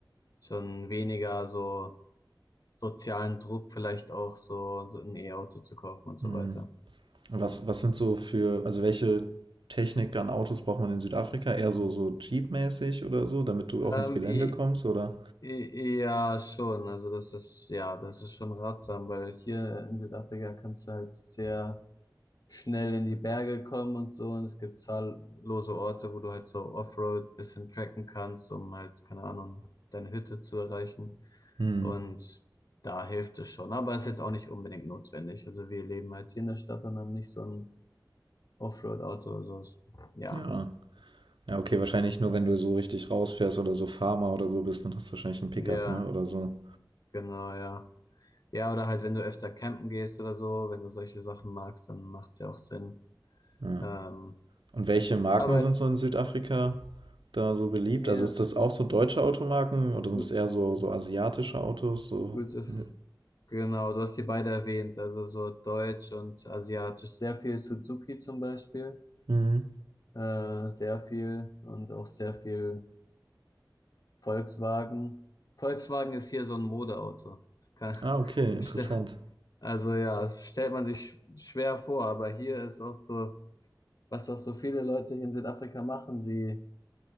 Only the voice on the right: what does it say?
Hm.
Was, was sind so für, also welche Technik an Autos braucht man in Südafrika? Eher so, so Jeep-mäßig oder so, damit du
auch ins Gelände
kommst, oder?
Hm,
ja. Ja, okay, wahrscheinlich nur, wenn du so richtig rausfährst oder so Farmer oder so bist, dann hast du wahrscheinlich einen Pickup,
ne? Oder so.
Ja.
Und welche Marken
sind so in Südafrika da so beliebt?
Also ist das auch so deutsche Automarken oder sind
das eher so, so asiatische Autos? So.
ne?
Mhm.
Ah, okay, interessant.